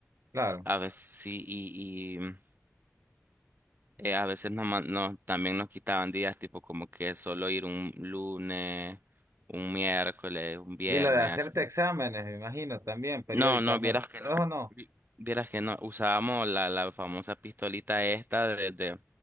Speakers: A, on the right (about 70°); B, on the right (about 40°).
A: Claro.
B: a veces sí, y, y eh, a veces no man- nos- también nos quitaban días, tipo como que solo ir un lunes, un miércoles, un viernes,
A: Y lo de hacerte
B: así.
A: exámenes, me imagino, también periódicamente.
B: No, no, vieras que no,
A: Oh, no.
B: vi- vieras que no, usábamos la, la famosa pistolita esta desde